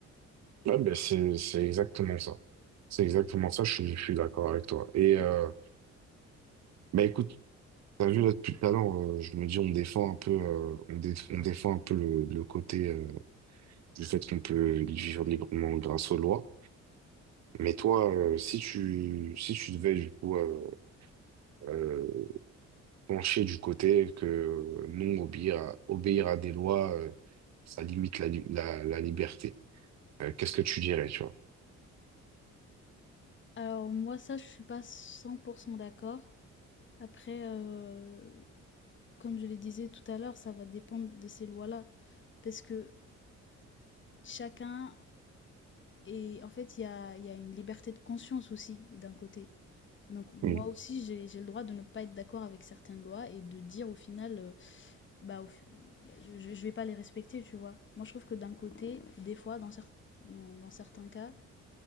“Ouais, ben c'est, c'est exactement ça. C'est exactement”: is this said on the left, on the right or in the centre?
Right